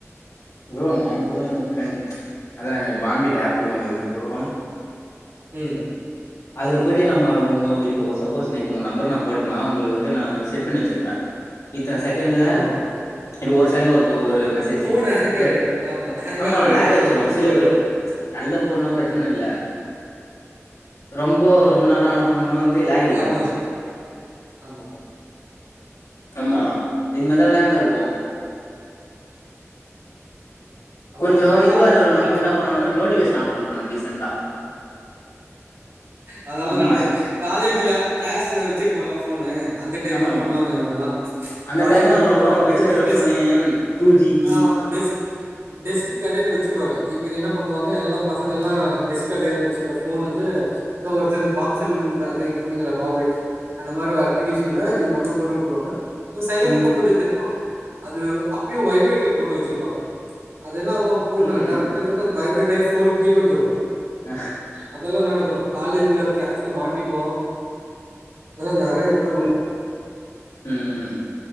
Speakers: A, on the left; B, on the right.
A: ப்ரோ நா கூட இந்த ஃபரெண்ட் அதா பாம்பிட் ஆப்பு வாங்றத் இருக் ப்ரோ
B: ம்
A: அதுல போய்டு நம்ம உங்க இப்போ சப்போஸ் நீ இப்ப உங்க நம்பர் நா போட்டனா உங்குளுக்கு வந்து நா செட் பண்ணி வெச்சுருப்ப இத்தன செகண்ல
B: ஆமா
A: இப்ப ஒரு செகண்ட்ல ஒரு போ ஒரு மெசேஜி
B: போன் ஹேங்
A: அ
B: ஆயிடும் ஆமா ஹேங்
A: ஆமா
B: ஆகிறதுக்காக
A: லேக் அடிச்சுரு
B: பண்ணுவாங்க
A: சில
B: எல்லாம்
A: பேரு நல்ல போன்னா ப்ரச்சன
B: ஆமா
A: இல்ல அ ரொம்போ ரொம்ப நாளா ஆன போன்னா வந்து லேகடிக்க
B: ஆமா
A: ஆரம்பிச்சு
B: ஆமா
A: ஆமா இந்மாரிதா வெளான்ருப்போ
B: ஆமா
A: கொஞ்சோ
B: அதனாலதான்
A: இதுவா இருக்கிறனவங்க வந்து
B: ப-
A: என்ன பண்ணனு நோட்டிகேஷன் ஆஃப் பன்றனுவானுங்க டீசண்டா
B: அதல்லா
A: ஆமா
B: நடக்கு காலேஜ்ல க்ளாஸ்ல வச்சிருப்போம் இல்ல போனு அந்த டைம்லா
A: ஆமா ஆமா
B: பண்ணுவாங்க இவுங்கல்லா
A: அந்த
B: காலேஜெல்லா
A: டைம்ல ரொம்ப
B: ப்ரோ
A: நம்ம வச்சுனுருக்கிற
B: டே days
A: phone two G B
B: ஆமா டெஸ்க் டெஸ்க்குக்கு அடில வச்சிருவாங்க இவுங்க என்ன பண்ணுவாங்க எல்லா பசங்க எல்லா டெஸ்க் அடில வச்சுதா ஃபோ ஃபோனுக்கு தா ஒருத்தனுக்கு பாம் செல் இன்ற அதே யூஸ் பண்ணுவிங்கள பாம்ரேட்டு அந்த மாறி ஒரு அப்ளிகேஷன்ல ஏ நம்பர் போட்டு உட்டுருவாங்க இவ சைலன்ல
A: ம்
B: தா போட்டு வச்சிருப்பா அது அப்பயு வைப்ரேட்ல போட்டு வச்சிருப்பாங்க அது என்னாகும் ஃபோன்னு
A: ம்
B: வச்சா கிட்டத்தட்ட வைப்ரேட் ஆயி போனு கீல உளுந்துரும்
A: ஆஹ்
B: அதெல்லா நடக்கு காலேஜ்ல க்ளாஸ்ல மாட்டிக்கு அதலா நெறையா நடக்கும்
A: ம் ம் ம்